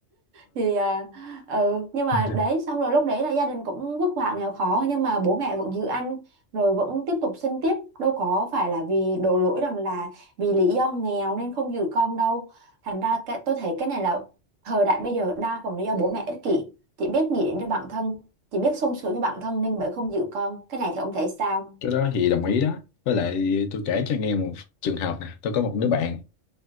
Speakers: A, on the right; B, on the left.
A: thì à, ừ nhưng mà
B: Ờ.
A: đấy xong rồi lúc đấy là gia đình cũng vất vả nghèo khó nhưng mà bố mẹ vẫn giữ ăn rồi vẫn tiếp tục sinh tiếp đâu có phải là vì đổ lỗi rằng là vì lý do nghèo nên không giữ con đâu thành ra cái, tôi thấy cái này là thời đại bây giờ đa phần là do bố mẹ ích kỷ chỉ biết nghĩ đến cho bản thân chỉ biết sung sướng cho bản thân nên mới không giữ con cái này thì ông thấy sao
B: cái đó thì đồng ý đó với lại tôi kể cho nghe một trường hợp nè tôi có một đứa bạn